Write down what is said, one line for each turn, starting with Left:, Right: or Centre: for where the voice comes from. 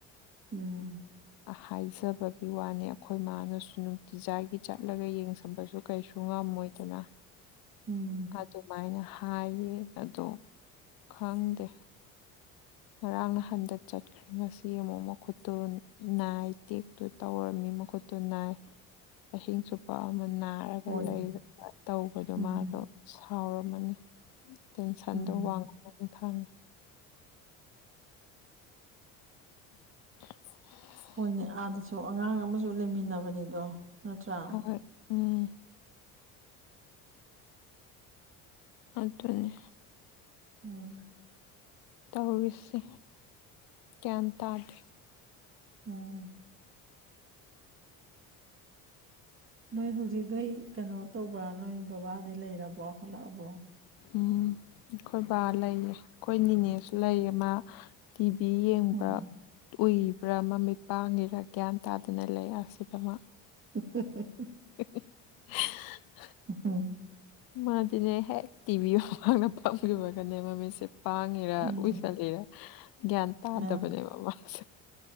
Right: ꯎꯝ
Left: ꯍꯥꯏꯖꯕꯒꯤ ꯋꯥꯅꯤ ꯑꯩꯈꯣꯏ ꯃꯥꯅꯁꯨ ꯅꯨꯡꯇꯤꯖꯥꯏꯒꯤ ꯆꯠꯂꯒ ꯌꯦꯡꯁꯝꯕꯁꯨ ꯀꯩꯁꯨ ꯉꯝꯃꯣꯏꯗꯅ
Right: ꯎꯝ
Left: ꯑꯗꯨꯃꯥꯏꯅ ꯍꯥꯏꯌꯦ ꯑꯗꯣ ꯈꯪꯗꯦ ꯉꯔꯥꯡ ꯅ ꯍꯟꯗꯠ ꯆꯠꯀ ꯉꯁꯤ ꯑꯃꯨꯛ ꯃꯈꯨꯠꯇꯨ ꯅꯥꯏ ꯇꯦꯛꯇꯨ ꯇꯧꯔꯝꯃꯤ ꯃꯈꯨꯠꯇꯨ ꯅꯥꯏ ꯑꯍꯤꯡ ꯆꯨꯞꯄ ꯑꯃꯅ ꯍꯥꯏꯔꯒ
Right: ꯍꯣꯏꯅꯦ
Left: ꯂꯩ ꯇꯧꯕꯗꯣ
Right: ꯎꯝ
Left: ꯃꯥꯗꯣ ꯁꯥꯎꯔꯝꯃꯅꯤ ꯇꯦꯟꯁꯟꯗꯣ
Right: ꯎꯝ
Left: ꯋꯥꯡꯉꯒꯅꯤ ꯈꯪꯉꯤ <unintelligible>
Right: ꯍꯣꯏꯅꯦ ꯑꯥꯗꯁꯨ ꯑꯉꯥꯡ ꯑꯃꯁꯨ ꯂꯩꯃꯤꯟꯅꯕꯅꯤꯗꯣ ꯅꯠꯇ꯭ꯔꯥ
Left: ꯍ ꯎꯝ ꯑꯗꯨꯅꯦ
Right: ꯎꯝ
Left: ꯇꯧꯔꯤꯁꯤ ꯒ꯭ꯌꯥꯟ ꯇꯥꯒꯦ
Right: ꯎꯝ ꯅꯣꯏ ꯍꯧꯖꯤꯛꯗ ꯀꯩꯅꯣ ꯇꯧꯕ꯭ꯔꯥ ꯅꯣꯏ ꯕꯕꯥꯗꯤꯩ ꯂꯩꯔꯕꯣ ꯍꯠꯂꯛꯑꯕꯣ
Left: ꯎꯝ ꯑꯩꯈꯣꯏ ꯕꯥ ꯂꯩꯌꯦ ꯑꯩꯈꯣꯏ ꯅꯤꯅꯦꯁ ꯂꯩꯌꯦ ꯃꯥ ꯇꯤꯚꯤ ꯌꯦꯡꯕ꯭ꯔꯥ
Right: ꯎꯝ
Left: ꯎꯏ ꯄꯨꯔꯥ ꯃꯃꯤꯠ ꯄꯥꯡꯉꯤꯔꯥ ꯒ꯭ꯌꯥꯟ ꯇꯥꯗꯅ ꯂꯩ ꯑꯁꯤꯗꯃꯛ
Right: ꯎ ꯎ ꯎ
Left: <unintelligible>
Right: ꯎ ꯎ
Left: ꯃꯥꯗꯤꯅꯦ ꯍꯦꯛ ꯇꯤꯚꯤ ꯃꯃꯥꯡꯅ ꯐꯝꯒꯤꯕꯗꯨꯅꯦꯕ ꯃꯤꯁ ꯁꯦ ꯄꯥꯡꯉꯤꯔ
Right: ꯎꯝ
Left: ꯎꯏꯁꯜꯂꯤꯔ ꯒ꯭ꯌꯥꯟ ꯇꯥꯗꯕꯅꯦꯕ
Right: ꯑ
Left: ꯃꯥꯁꯦ